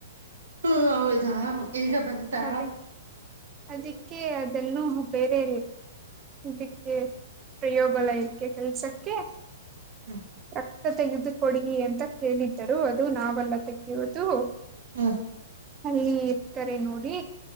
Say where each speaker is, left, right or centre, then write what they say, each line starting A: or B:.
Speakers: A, on the right; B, on the right.
A: ಹ ಹೌದಾ ಈಗ ಬಂತಾ
B: ಅದಕ್ಕೆ ಅದಕ್ಕೆ ಅದನ್ನುೂ ಬೇರೆ ಇದಕ್ಕೆ ಪ್ರಯೋಗಾಲಯಕ್ಕೆ ಕೆಲ್ಸಕ್ಕೆ
A: ಹ್ಮ
B: ರಕ್ತ ತೆಗೆದು ಕೊಡ ಅಂತ ಕೇಳಿದ್ದರು ಅದು ನಾವೆಲ್ಲ ತೆೆಗೆಯುವುದು
A: ಹಾ
B: ಅಲ್ಲಿ ಇರ್ತಾರೆ ನೋಡಿ